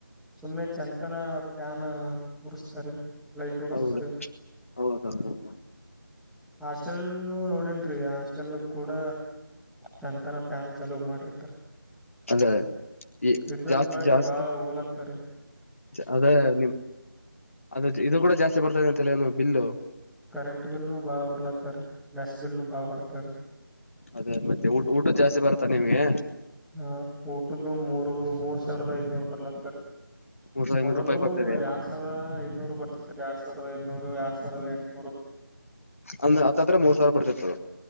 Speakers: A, in the centre; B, on the left (about 40°).
A: ಸುಮ್ಮ್ನೆ ಚೆಂತನ ಫ್ಯಾನ ಉರಿಸ್ತರ್ರಿ ಲೈಟು ಉರುಸ್ತಾರಿ
B: ಹೌದು ಹೌದೌದೌದು
A: ಹಾಸ್ಟೆಲಲ್ಲೂನು ನೋಡಿನ್ರಿ ಹಾಷ್ಟೆಲ್ಲಲ್ಲೂ ಕೂಡ ಚಂತನ ಫ್ಯಾನ್ ಚಾಲೂ ಮಾಡಿರ್ತಾರಿ
B: ಅದೇ ಈ
A: ವಿದ್ಯುತ್
B: ಜಾಸ್ತಿ
A: ಬಳಕೆ
B: ಜಾಸ್ತಿ
A: ಬಾಳ ಹೋಲ ತ್ತರಿ
B: ಅದ ನಿಮ್ ಅದ ಇದು ಕೂಡ ಜಾಸ್ತಿ ಬರ್ತದ ಅಂತಲ್ಲ ಏನು ಬಿಲ್ಲು
A: ಕರೆಂಟ್ ಬಲ್ನು ಬಾಳ ಬರ್ಲಾತ್ತದ ರಿ ಮೆಸ್ ಬಲ್ನು ಬಾಳ ಬರ್ತದರಿ
B: ಅದೇ ಮತ್ತೆ ಊಟ ಊಟ ಜಾಸ್ತಿ ಬರ್ತಾ ನಿಮ್ಗೆ
A: ಹಾ ರೀ ಊಟದ್ದು ಮೂರು ಮೂರ್ ಸಾವಿರದ ಐದನೂರು ಬರ್ಲತಾದರಿ
B: ಮೂರ್ ಸಾವಿರ ಐನೂರು
A: ಮೊದಲು
B: ರೂಪಾಯಿ ಬರ್ತದೆ
A: ಎರಡ್ ಸಾವಿರ ಐದನೂರು ಬರ್ತ ಎರಡ್ ಸಾವರದ ಐದನೂರು ಎರಡ್ ಸಾವಿರದ ಎಂಟ
B: ಅಂದ್ರ ಹತ್ತತ್ರ ಮೂರು ಸಾವಿರ ಬರ್ತಿತ್ತು